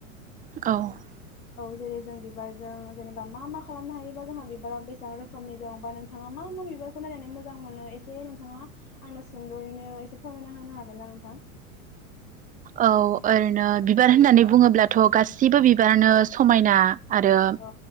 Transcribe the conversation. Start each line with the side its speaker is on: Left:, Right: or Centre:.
Right: <inaudible>
Left: औ जेरै जों बिबारजों जेनेबा मा मा खालामनो हायो बा, जोंहा बिबारा बेसेबां रोखोमनि दं? बा नोंथाङा मा मा बिबारखौ नायनानै मोजां मोनो एसे नोंथाङा आंनो सुंद'यैनो एसे फोरमायना होनो हागोन ना नोंथां?
Right: औ ओरैनो बिबार होननानै बुङोब्लाथ' गासिबो बिबारानो समायना आरो
Left: औ